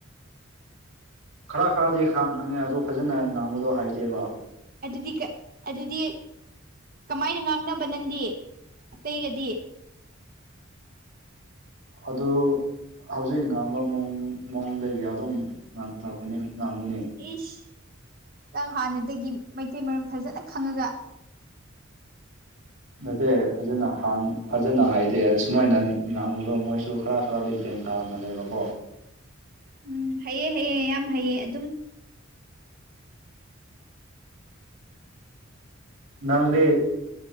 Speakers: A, on the right; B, on the right.
A: ꯈꯔ ꯈꯔꯗꯤ ꯈꯪꯉꯦ ꯑꯗꯨ ꯐꯖꯅ ꯉꯥꯡꯕꯗꯣ ꯍꯥꯏꯇꯦꯕ
B: ꯑꯗꯨꯗꯤ ꯀꯥ ꯑꯗꯨꯗꯤ ꯀꯃꯥꯏꯅ ꯉꯥꯡꯅꯕ ꯅꯪꯗꯤ ꯑꯇꯩꯒꯗꯤ
A: ꯑꯗꯣ ꯍꯧꯖꯤꯛ ꯉꯥꯡꯕ ꯃꯑꯣꯡ ꯃꯑꯣꯡꯗ ꯑꯗꯨꯝ ꯉꯥꯡꯅꯕꯅꯦ ꯉꯥꯡꯕꯅꯦ
B: ꯏꯁ ꯅꯪ ꯍꯥꯟꯅꯗꯒꯤ ꯃꯩꯇꯩ ꯃꯔꯣꯟ ꯐꯖꯅ ꯈꯪꯉꯒ
A: ꯅꯠꯇꯦ ꯐꯖꯅ ꯍꯡ ꯐꯖꯅ ꯍꯥꯏꯗꯦ ꯁꯨꯃꯥꯏꯅ ꯉꯥꯡꯕꯗꯣ ꯃꯣꯏꯁꯨ ꯈꯔ ꯈꯔꯗꯤ ꯒꯌ꯭ꯥꯟ ꯇꯔꯝꯃꯅꯦꯕꯀꯣ
B: ꯎꯝ ꯍꯩꯌꯦ ꯍꯩꯌꯦ ꯌꯥꯝ ꯍꯩꯌꯦ ꯑꯗꯨꯝ
A: ꯅꯪꯗꯤ